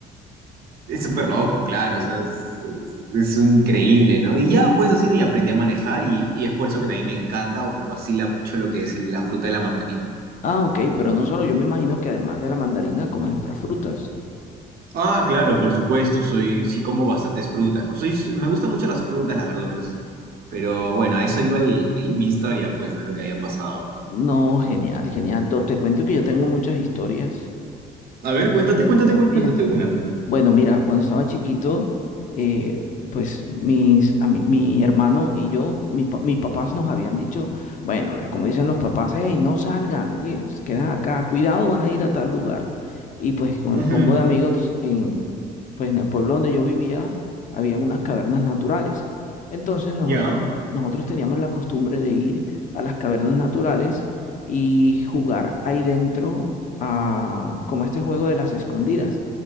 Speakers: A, on the right; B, on the left.
A: Es súper loco, claro,
B: Sí.
A: o sea, es, es- es increíble, ¿no? Y ya, pues así, y aprendí a manejar y, y es por eso que también me encanta o me vacila mucho lo que es la fruta de la mandarina.
B: Ah, ok, pero no solo, yo me imagino que además de la mandarina comes otras frutas.
A: Ah, claro, por supuesto, soy, sí como bastantes frutas, ¿no? Soy, me gustan mucho las frutas, las verduras. Pero bueno, a eso iba el- <laughs> mi historia, pues, ¿no? Lo que había pasado.
B: No, genial, genial. Do- Te cuento que yo tengo muchas historias
A: A ver, cuéntate, cuéntate,
B: también.
A: cuént- cuéntate una.
B: Bueno, mira, cuando estaba chiquito, eh, pues mis, a mi, mi hermano y yo, mi pa- mis papás nos habían dicho, bueno, de- como dicen los papás, hey, no salgan, eh, se quedan acá, cuidado, van a ir a tal lugar. Y pues con
A: Ujú,
B: el combo de amigos, en, pues en el pueblo donde yo vivía, habían unas cavernas naturales. Entonces nosotros,
A: ¿Ya?
B: nosotros teníamos la costumbre de ir a las cavernas naturales y jugar ahí dentro a, como a este juego de las escondidas.